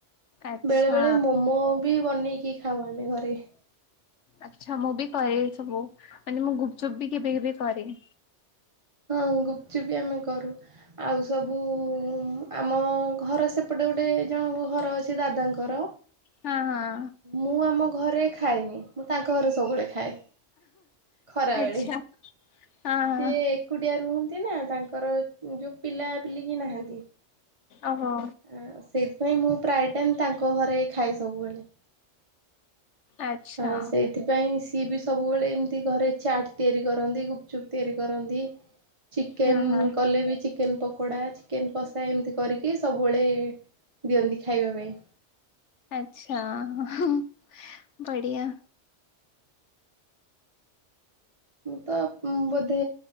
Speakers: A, on the left (about 80°); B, on the right (about 25°).
A: ଆଚ୍ଛା।
B: ବେଳେ ବେଳେ ମୋମୋ ବି ବନେଇକି ଖାଉ ଆମେ ଘରେ।
A: ଆଚ୍ଛା ମୁଁ ବି କରେ ସବୁ ମାନେ ମୁଁ ଗୁପଚୁପ୍ ବି କେବେ କେବେ କରେ।
B: ହଁ ଗୁପଚୁପ ବି ଆମେ କରୁ ଆଉ ସବୁ ଆମ ଘର ସେପଟେ ଗୋଟେ ଜଣଙ୍କ ଘର ଅଛି ଦାଦାଙ୍କର
A: ହଁ ହଁ
B: ମୁଁ ଆମ ଘରେ ଖାଏନି, ମୁଁ ତାଙ୍କ ଘରେ ସବୁବେଳେ ଖାଏ। ଖରା
A: ଆଚ୍ଛା
B: ବେଳେ। ସିଏ
A: ହଁ ହଁ
B: ଏକୁଡ଼ିଆ ରୁହନ୍ତି ନା ତାଙ୍କର ଯୋଉ ପିଲାପିଲିକି ନାହାନ୍ତି।
A: ଓହୋ।
B: ଆ ସେଇଥିପାଇଁ ମୁଁ ପ୍ରାୟ ଟାଇମ ତାଙ୍କ ଘରେ ଖାଏ ସବୁବେଳେ।
A: ଆଚ୍ଛା
B: ହଁ ସେଇ ସେଥିପାଇଁ ସିଏ ବି ସବୁବେଳେ ଏମିତି ଘରେ ଚାଟ୍ ତିଆରି କରନ୍ତି, ଗୁପଚୁପ୍ ତିଆରି କରନ୍ତି। ଚିକେନ
A: ହଁ ହଁ
B: କଲେ ବି ଚିକ୍ ଚିକେନ୍ ପକୋଡ଼ା, ଚିକେନ୍ କଷା ଏମିତି କରିକି ସବୁବେଳେ ଦିଅନ୍ତି ଖାଇବା ପାଇଁ।
A: ଆଚ୍ଛା, <unintelligible> ବଢ଼ିଆ।
B: ମୁଁ ତ ବୋଧେ